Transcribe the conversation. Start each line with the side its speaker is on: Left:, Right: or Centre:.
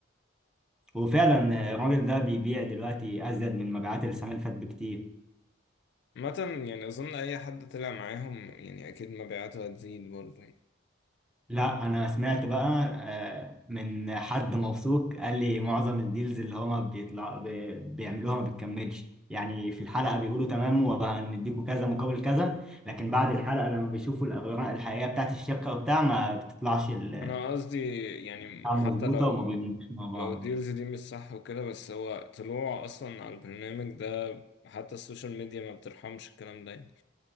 Centre: وفعلا آه، الراجل ده بيبيع دلوقتي ازيد من مبيعات السنه اللي فاتت بكتير
Left: مثلا يعني اظن اي حد طلع معاهم يعني اكيد مبيعاته هتزيد برضه يعني.
Centre: لا انا سمعت بقى آه، من حد موثوق قال لي معظم الديلز اللي هما بيطلع بي- بيعملوها ما بتكملش يعني في الحلقه بيقولوا تمام وهنديكوا كذا مقابل كذا لكن بعد الحلقه لما بيشوفوا الاوراق الحقيقيه بتاعت الشركه وبتاع ما بتطلعش ال-
Left: انا قصدي يعني
Centre: بتاع مظبوطه
Left: حتى لو
Centre: وما بيمشوش مع بعض
Left: لو الديلز دي مش صح وكده بس هو طلوع اصلا على البرنامج ده حتى السوشيال ميديا ما بترحمش الكلام ده يعني